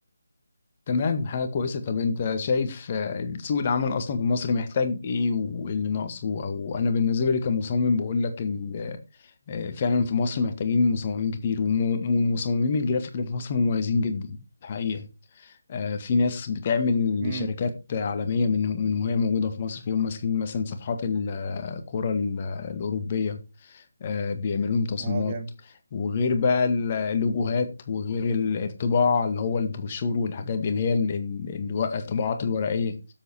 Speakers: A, on the left; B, on the right.
A: تمام حاجة كويسة طب أنت شايف آه، سوق العمل أصلا في مصر محتاج إيه واللي ناقصه أو أنا بالنسبة لي كمصمم بقول لك ال... آه، فعلا في مصر محتاجين مصممين كتير وم- ومصممين الجرافيك اللي في مصر مميزين جدا الحقيقة آه، في ناس بتعمل
B: الشهر
A: لشركات عالمية من من وهي موجودة في مصر فيهم ماسكين مثلا صفحات الكرة الأوروبية آه، بيعملوا لهم تصميمات
B: اه جامد
A: وغير بقى ال- اللوجوهات وغير ال- الطباعة اللي هو البروشور والحاجات اللي هي ال- ال- الو- الطباعات الورقية